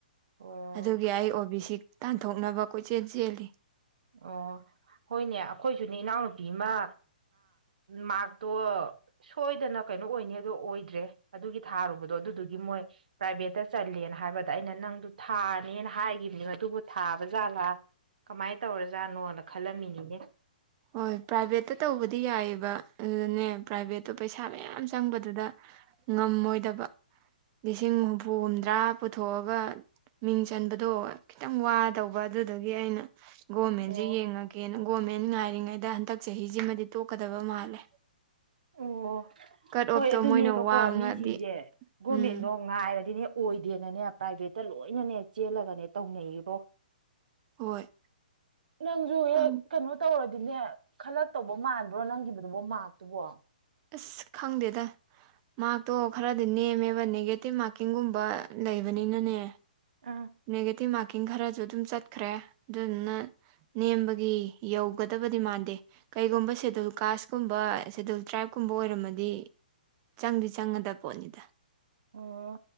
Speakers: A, on the right (about 65°); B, on the right (about 30°).
A: ꯑꯣ
B: ꯑꯗꯨꯒꯤ ꯑꯩ ꯑꯣ ꯕꯤ ꯁꯤ ꯇꯥꯟꯊꯣꯛꯅꯕ ꯀꯣꯏꯆꯦꯜ ꯆꯦꯜꯂꯤ
A: ꯑꯣ ꯍꯣꯏꯅꯦ ꯑꯩꯈꯣꯏꯁꯨꯅꯦ ꯏꯅꯥꯎꯅꯨꯄꯤ ꯑꯃ ꯃꯥꯔꯛꯇꯣ ꯁꯣꯏꯗꯅ ꯀꯩꯅꯣ ꯑꯣꯏꯅꯤꯗꯣ ꯑꯣꯏꯗ꯭ꯔꯦ ꯑꯗꯨꯒꯤ ꯊꯥꯔꯨꯕꯗꯣ ꯑꯗꯨꯗꯨꯒꯤ ꯃꯣꯏ ꯄ꯭ꯔꯥꯏꯚꯦꯠꯇ ꯆꯜꯂꯦꯅ ꯍꯥꯏꯕꯗ ꯑꯩꯅ ꯅꯪꯗꯨ ꯊꯥꯅꯦꯅ ꯍꯥꯏꯈꯤꯕꯅꯤ ꯑꯗꯨꯕꯨ ꯊꯥꯕ ꯖꯥꯠꯂꯥ ꯀꯃꯥꯏꯅ ꯇꯧꯔꯖꯥꯠꯅꯣꯅ ꯈꯜꯂꯝꯃꯤꯅꯤꯅꯦ
B: ꯍꯣꯏ ꯄ꯭ꯔꯥꯏꯚꯦꯠꯇ ꯇꯧꯕꯗꯤ ꯌꯥꯏꯑꯦꯕ ꯑꯗꯨꯗꯅꯦ ꯄ꯭ꯔꯥꯏꯚꯦꯠꯇꯣ ꯄꯩꯁꯥ ꯃꯌꯥꯝ ꯆꯪꯕꯗꯨꯗ ꯉꯝꯃꯣꯏꯗꯕ ꯂꯤꯁꯤꯡ ꯍꯨꯝꯐꯨ ꯍꯨꯝꯗ꯭ꯔꯥ ꯄꯨꯊꯣꯛꯑꯒ ꯃꯤꯡ ꯆꯟꯕꯗꯣ ꯈꯤꯇꯪ ꯋꯥꯗꯧꯕ ꯑꯗꯨꯗꯨꯒꯤ ꯑꯩꯅ ꯒꯣꯔꯃꯦꯟꯁꯦ
A: ꯑꯣ
B: ꯌꯦꯡꯉ ꯒꯦꯅꯣ ꯒꯣꯔꯃꯦꯟ ꯉꯥꯏꯔꯤꯉꯩꯗ ꯍꯟꯗꯛ ꯆꯍꯤꯁꯤꯃꯗꯤ ꯇꯣꯛꯀꯗꯕ ꯃꯥꯜꯂꯦ
A: ꯑꯣ
B: ꯀꯠ ꯑꯣꯐꯇꯣ
A: ꯍꯣꯏ ꯑꯗꯨꯅꯦꯕꯀꯣ
B: ꯃꯣꯏꯅ ꯋꯥꯡꯉꯗꯤ
A: ꯃꯤꯁꯤꯡꯁꯦ ꯒꯣꯔꯃꯦꯟꯗꯣ
B: ꯎꯝ
A: ꯉꯥꯏꯔꯗꯤꯅꯦ ꯑꯣꯏꯗꯦꯅꯅꯦ ꯄ꯭ꯔꯥꯏꯚꯦꯠꯇ ꯂꯣꯏꯅꯅꯦ ꯆꯦꯜꯂꯒꯅꯦ ꯇꯧꯅꯩꯉꯣ
B: ꯍꯣꯏ
A: ꯅꯪꯁꯨ ꯍꯦꯛ
B: ꯈꯪ
A: ꯀꯩꯅꯣ ꯇꯧꯔꯗꯤꯅꯦ ꯈꯜꯂꯛꯇꯧꯕ ꯃꯥꯟꯕ꯭ꯔꯣ ꯅꯪꯒꯤꯕꯗꯨꯕꯣ ꯃꯥꯛꯇꯨꯕꯣ
B: ꯑꯁ ꯈꯪꯗꯦꯗ ꯃꯥꯔꯛꯇꯣ ꯈꯔꯗꯤ ꯅꯦꯝꯃꯦꯕ ꯅꯦꯒꯦꯇꯤꯞ ꯃꯥꯔꯀꯤꯡꯒꯨꯝꯕ ꯂꯩꯕꯅꯤꯅꯅꯦ
A: ꯑꯥ
B: ꯅꯦꯒꯦꯇꯤꯞ ꯃꯥꯔꯀꯤꯡ ꯈꯔꯁꯨ ꯑꯗꯨꯝ ꯆꯠꯈ꯭ꯔꯦ ꯑꯗꯨꯗꯨꯅ ꯅꯦꯝꯕꯒꯤ ꯌꯧꯒꯗꯕꯗꯤ ꯃꯥꯟꯗꯦ ꯀꯩꯒꯨꯝꯕ ꯁꯦꯗꯨꯜ ꯀꯥꯁ ꯀꯨꯝꯕ ꯁꯦꯗꯨꯜ ꯇ꯭ꯔꯥꯏꯞꯀꯨꯝꯕ ꯑꯣꯏꯔꯝꯃꯗꯤ ꯆꯪꯗꯤ ꯆꯪꯒꯗꯕ ꯄꯣꯠꯅꯤꯗ
A: ꯑꯣ